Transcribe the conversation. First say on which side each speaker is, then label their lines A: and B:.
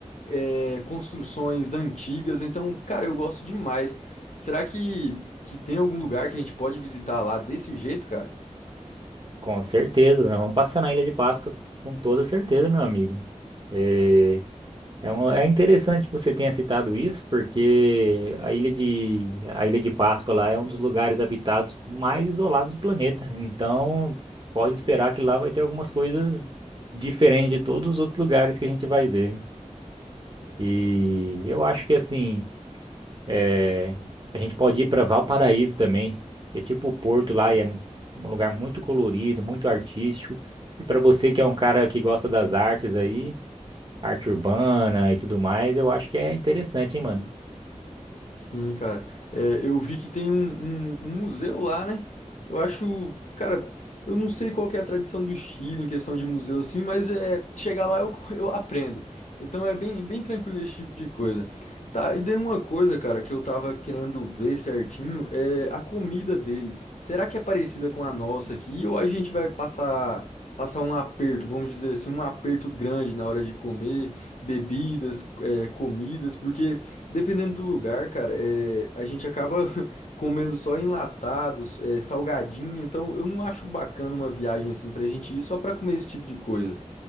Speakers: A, on the left; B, on the right.
A: é, construções antigas. Então, cara, eu gosto demais. Será que, que tem algum lugar que a gente pode visitar lá desse jeito, cara?
B: Com certeza, nós vamos passar na Ilha de Páscoa com toda certeza, meu amigo. É, É, um- é interessante que você tenha citado isso, porque a Ilha de, a Ilha de Páscoa lá é um dos lugares habitados mais isolados do planeta. Então, pode esperar que lá vai ter algumas coisas diferentes de todos os outros lugares que a gente vai ver. E eu acho que, assim, é, a gente pode ir para Valparaíso também, que é tipo o Porto lá, e é um lugar muito colorido, muito artístico. E para você que é um cara que gosta das artes aí arte urbana e tudo mais, eu acho que é interessante, hein, mano?
A: Sim, cara. É, eu vi que tem um, um- um museu lá, né? Eu acho, cara, eu não sei qual que é a tradição do Chile em questão de museu assim, mas é chegar lá eu, <laughs> eu aprendo. Então é bem, bem tranquilo esse tipo de coisa. Tá, e daí uma coisa, cara, que eu tava querendo ver certinho é a comida deles. Será que é parecida com a nossa aqui ou a gente vai passar passar um aperto, vamos dizer assim, um aperto grande na hora de comer, bebidas, é, comidas, porque Dependendo do lugar, cara, é, a gente acaba <laughs> comendo só enlatados, é, salgadinho, então eu não acho bacana uma viagem assim pra gente ir só pra comer esse tipo de coisa.